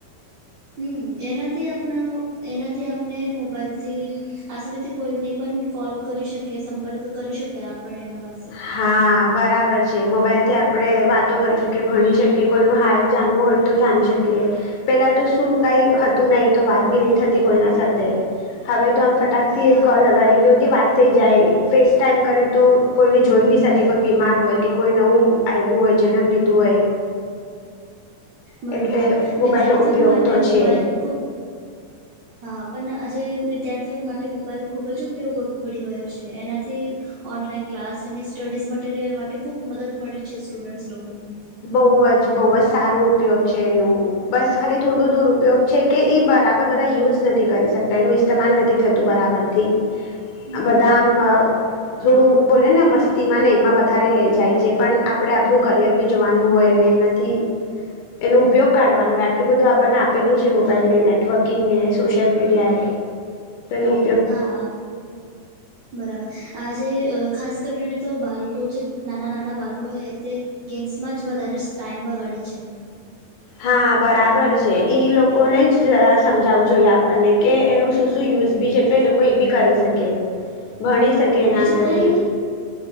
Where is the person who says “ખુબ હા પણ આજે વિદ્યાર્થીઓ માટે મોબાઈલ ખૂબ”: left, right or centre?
Right